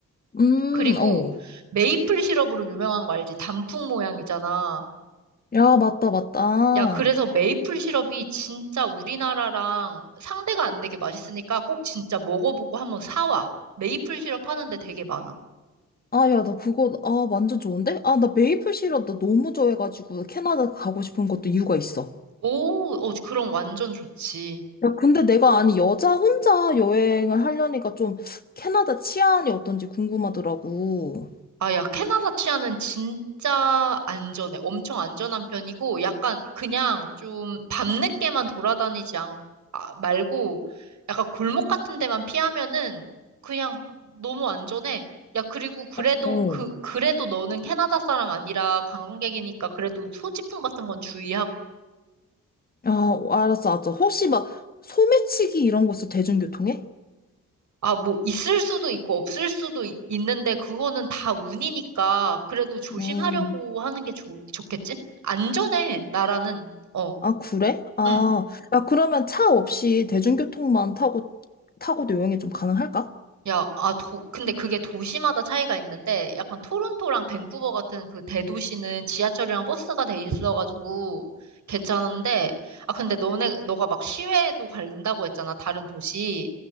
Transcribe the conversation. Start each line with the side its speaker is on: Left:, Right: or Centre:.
Left: 음,
Right: 그리고
Left: 어.
Right: 메이플 시럽으로 유명한 거 알지? 단풍 모양이잖아.
Left: 야, 맞다, 맞다.
Right: 야, 그래서 메이플 시럽이 진짜 우리나라랑 상대가 안 되게 맛있으니까 꼭 진짜 먹어보고 한번 사와. 메이플 시럽 하는데 되게 많아.
Left: 아, 야, 나 그거, 아, 완전 좋은데? 아, 나 메이플 시럽 나 너무 좋아해가지고 캐나다 가고 싶은 것도 이유가 있어.
Right: 오, 어, 그럼 완전 좋지.
Left: 야, 근데 내가, 아니, 여자 혼자 여행을 하려니까 좀 캐나다 치안이 어떤지 궁금하더라고.
Right: 아, 야, 캐나다 치아는 진짜 안전해. 엄청 안전한 편이고, 약간 그냥 좀 밤늦게만 돌아다니지 않, 아, 말고, 약간 골목 같은 데만 피하면은 그냥 너무 안전해. 야, 그리고 그래도
Left: 어.
Right: 그, 그래도 너는 캐나다 사람 아니라 관광객이니까 그래도 소지품 같은 건 주의하고.
Left: 야, 알았어, 알았어. 혹시 막 소매치기 이런 거 있어? 대중교통에?
Right: 아, 뭐, 있을 수도 있고 없을 수도 있- 있는데 그거는 다 운이니까 그래도 조심하려고
Left: 음.
Right: 하는 게 좋, 좋겠지? 안전해, 나라는. 어.
Left: 아, 그래? 아,
Right: 응.
Left: 야, 그러면 차 없이 대중교통만 타고, 타고도 여행이 좀 가능할까?
Right: 야, 아, 도, 근데 그게 도시마다 차이가 있는데, 약간 토론토랑 밴쿠버 같은 그 대도시는 지하철이랑 버스가 돼 있어가지고 괜찮은데, 아, 근데 너네, 너가 막 시외도 간다고 했잖아, 다른 도시.